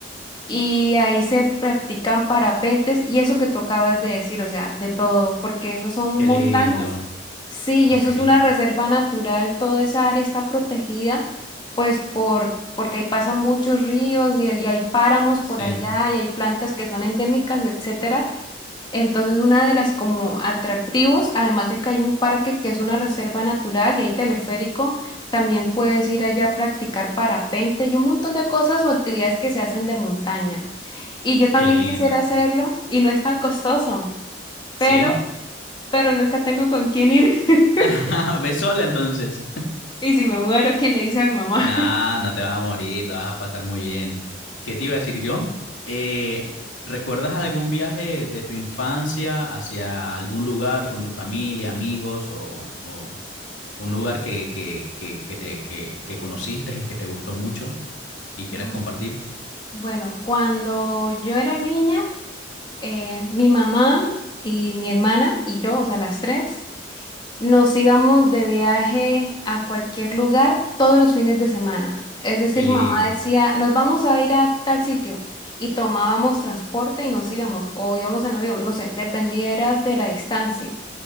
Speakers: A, on the left; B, on the left.
A: y ahí se practican parapentes y eso que tú acabas de decir, o sea, de todo, porque eso son
B: Qué
A: montañas,
B: lindo.
A: sí, y
B: Ok.
A: eso es una reserva natural, toda esa área está protegida, pues por, porque ahí pasan muchos ríos y, y hay páramos
B: Sí.
A: por allá y hay plantas que son endémicas, etcétera entonces, una de las como atractivos, además de que hay un parque que es una reserva natural y hay teleférico, también puedes ir allá a practicar parapente y un montón de cosas o actividades que se hacen de montaña. Y yo también
B: Qué lindo.
A: quisiera hacerlo y no es tan costoso,
B: ¿Sí?
A: pero, pero nunca tengo con quién ir. <laughs>
B: <laughs> Ve sola entonces.
A: Y si me muero, ¿quién le dice a mi mamá?
B: Nah, no te vas a morir, la vas a pasar muy bien. ¿Qué te iba a decir yo? Eh, ¿recuerdas algún viaje de tu infancia hacia algún lugar con tu familia, amigos o, o un lugar que, que, que, que te, que, que conociste y que te gustó mucho y quieras
A: Mm,
B: compartir?
A: Bueno, cuando yo era niña, eh, mi mamá y mi hermana y yo, o sea, las tres, Nos íbamos de viaje a cualquier lugar todos los fines de semana. Es decir,
B: Qué lindo.
A: mamá decía, nos vamos a ir a tal sitio y tomábamos transporte y nos íbamos o íbamos en avión, no sé, dependiera de la distancia.